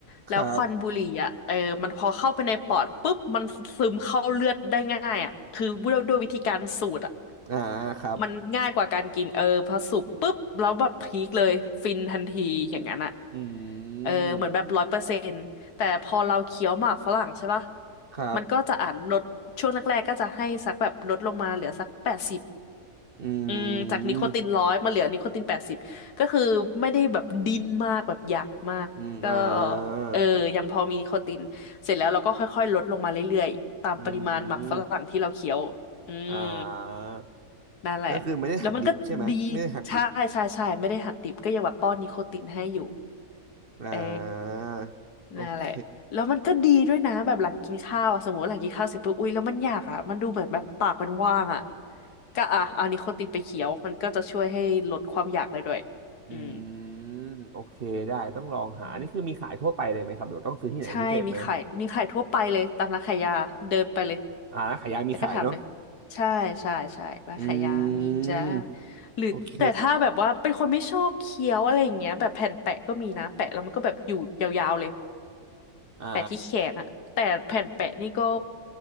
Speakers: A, on the left; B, on the right.
A: แล้วควันบุหรี่อ่ะเออมันพอเข้าไปในปอดปุ๊บมันซึมเข้าเลือดได้ง่ายอ่ะคือด้วยด้วยวิธีการสูดอ่ะ
B: ครับอ่าครับ
A: มันง่ายกว่าการกินเออพอสูบปุ๊บแล้วแบบพีคเลยฟินทันทีอย่างนั้นอ่ะ
B: อื
A: เออเหมือนแบบร้อยเปอร์เซ็นต์แต่พอเราเคี้ยวหมากฝรั่งใช่ป่ะ
B: มครับ
A: มันก็จะอ่านลดช่วงแรกๆก็จะให้สักแบบลดลงมาเหลือสักแปดสิบ
B: อื
A: อืมจากนิโคตินร้อยมาเหลือนิโคตินแปดสิบก็คือไม่ได้แบบดิ้นมากแบบอยากมากก็
B: มอืมอ่า
A: เออยังพอมีนิโคตินเสร็จแล้วเราก็ค่อยๆลดลงมาเรื่อยๆตามปริมาณหมักฝรั่งที่เราเคี้ยวอืม
B: อืมอ่า
A: นั่นแหละแล้วมันก็ดี
B: ก็คือไม่ได้หักดิบใช่ไหมไม่ได้หักดิบ
A: ใช่ใช่ใช่ไม่ได้หักดิบก็ยังแบบป้อนนิโคตินให้อยู่
B: อ่า
A: เออ
B: โอเค
A: นั่นแหละแล้วมันก็ดีด้วยนะแบบหลังกินข้าวอะสมมติว่าหลังกินข้าวเสร็จปุ๊บอุ๊ยแล้วมันอยากอ่ะมันดูเหมือนแบบปากมันว่างอ่ะก็อ่ะเอานิโคตินไปเคี้ยวมันก็จะช่วยให้ลดความอยากเลยด้วย
B: อืม
A: อืม
B: โอเคได้ต้องลองหาอันนี้คือมีขายทั่วไปเลยไหมครับหรือต้องซื้อที่ไหนพิเศษไหม
A: อืมใช่มีขายมีขายทั่วไปเลยตามร้านขายยาเดินไปเลย
B: อ่าร้านขายยามีขายเนาะ
A: แล้วก็ถามเลยใช่ใช่ใช่ร้านขายยามีจ้า
B: อืม
A: หรือแต่ถ้าแบบว่าเป็นคนไม่ชอบเคี้ยวอะไรอย่างเงี้ยแบบแผ่นแปะก็มีนะแปะแล้วมันก็แบบอยู่ยาวๆเลย
B: โอเคอ่า
A: แปะที่แขนอะแต่แผ่นแปะนี่ก็